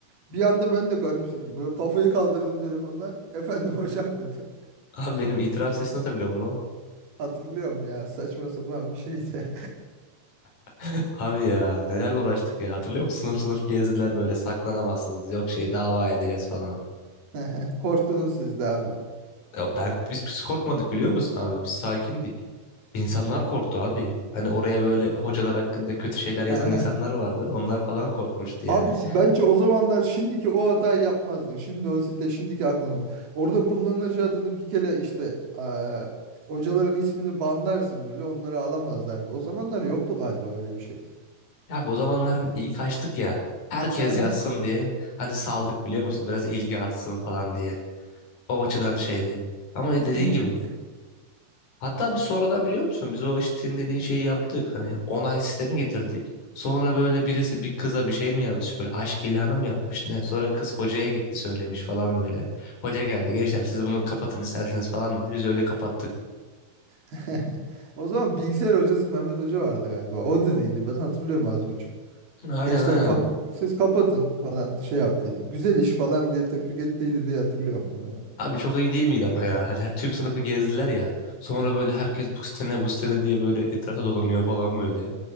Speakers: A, on the right; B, on the left.
A: Bir anda ben de garipsedim. Böyle kafayı kaldırdım telefondan. <laughs> Efendim hocam dedim.
B: Abi benim itiraf sesini hatırlıyor musun?
A: Hatırlıyorum ya saçma sapan bir şeydi.
B: <laughs> Abi ya nelerle uğraştık ya hatırlıyor musun? Sınıf sınıf gezdiler böyle saklanamazsınız yok şey dava edeceğiz falan.
A: <laughs> Korktunuz siz de abi.
B: Ya ben biz, biz korkmadık biliyor musun abi biz sakindik. İnsanlar korktu abi. Hani oraya böyle hocalar hakkında kötü şeyler yazan
A: <laughs>
B: insanlar vardı. Onlar falan korkmuştu yani.
A: Abi si- bence o zamanlar şimdiki o hatayı yapmazdın. Şimdi o site şimdiki aklını. Orada kullanıcı adını bir kere işte eee, hocaların ismini banlarsın böyle onları alamazlardı. O zamanlar yoktu galiba öyle bir şey.
B: Ya abi o zamanlar hani ilk açtık ya. Herkes
A: Aha.
B: yazsın diye. Hani saldık biliyor musun? Biraz ilgi artsın falan diye. O açıdan şeydi. Ama dediğin
A: İkinci
B: gibi. Hatta bir sonradan biliyor musun? Biz o işte senin dediğin şeyi yaptık. Hani onay sistemi getirdik. Sonra böyle birisi bir kıza bir şey mi yazmış böyle aşk ilanı mı yapmış ne? Sonra kız hocaya gitti söylemiş falan böyle. Hoca geldi gençler siz bunu kapatın isterseniz falan dedi. Biz öyle kapattık.
A: <laughs> o zaman bilgisayar hocası Mehmet Hoca vardı galiba. O dediydi ben hatırlıyorum az buçuk.
B: Aynen
A: Gençler
B: aynen
A: kap siz kapatın falan şey yaptıydı. Güzel iş falan diye tebrik ettiydi diye hatırlıyorum böyle.
B: Abi çok iyi değil miydi ama ya? Hani tüm sınıfı gezdiler ya. Sonra böyle herkes bu sitene bu sitene diye böyle etrafa dolanıyor falan böyle.